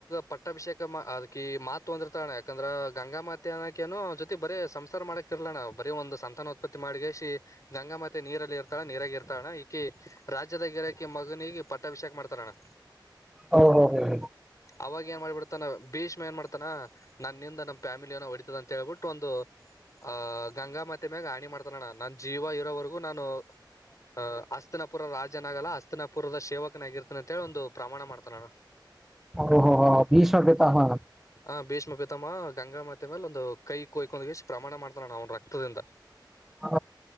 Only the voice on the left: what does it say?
ಪಟ್ಟಾಭಿಷೇಕ ಅದ್ಕ ಮಾತು ಒಂದಿರ್ತಣ ಯಾಕಂದ್ರ ಗಂಗಾ ಮಾತ ಅನ್ನಕ ಏನು ಜೊತಿ ಬರೇ ಸಂಸಾರ ಮಾಡಕ್ ರ್ಲ ನಾ ಬರೀ ಒಂದು ಸಂತಾನ ಉತ್ಪತ್ತಿ ಮಾಡಿ ಶಿ ಗಂಗಾ ಮತ್ತೆ ನೀರಲ್ಲಿ ಇರ ನೀರಾಗಾಗಿ ಇರ್ತ ಅಣ್ಣ ಈಕಿ ರಾಜ್ಯದ ಗಿರಕಿ ಮಗನಿಗೆ ಪಟ್ಟಭಿಷೇಕ್ ಮಾಡ್ತಾರ ಅಣ್ಣ
ಅವಾಗ ಏನ್ ಮಾಡ್ಬಿಡ್ತಾನ ಭೀಷ್ಮ ಏನ್ ಮಾಡ್ತಾನ ನನ್ನ ನಿಂದ ಫ್ಯಾಮಿಲಿಯ ನ ಹೊಡಿತದ ಅಂತ ಹೇಳ್ಬಿಟ್ಟು ಒಂದು ಆಹ ಗಂಗಾ ಮತ್ತೆ ಮ್ಯಾಗ ಹಣಿ ಮಾಡ್ತಾನಣ್ಣ ನಾನನ್ ಜೀವ ಇರೋವರೆಗೂ ನಾನು ಅಹ್ ಅಸ್ತನಪುರ ರಾಜನಾಗಲ್ಲಾ ಅಸ್ತನಪುರದ ಸೇವಕನಾಗಿರ್ತನ ಅಂತೇಳಿ ಒಂದು ಪ್ರಮಾಣ ಮಾಡ್ತಾನು
ಹ ಭೀಷ್ಮ ಪ್ರಿತಮ್ಮ ಗಂಗಾಾಮತಿ ಮೇಲೆ ಒಂದು ಕೈ ಕೊಯ್ಕೊಂದ್ಷ್ಟ ಪ್ರಮಾಣ ಮಾಡ್ತಾನಳ ನ ಅವನ್ ರಕ್ತದಿಂದ